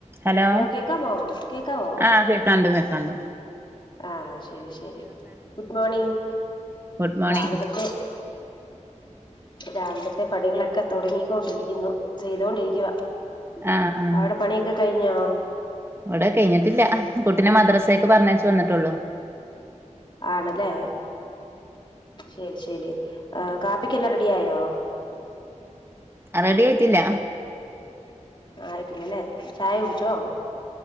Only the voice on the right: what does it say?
ഹലോ
ആഹ് കേൾക്കാണ്ട് കേ കണ്ട്
ഗുഡ് മോർണിംഗ്
ആഹ് ആഹ്
ഇവിടെ കഴിഞ്ഞിട്ടില്ല കുട്ടിനെ മദ്രസൊക്ക് പറഞ്ഞേച്ച വന്നിട്ടുള്ളു
റെഡി ആയിട്ടില്ല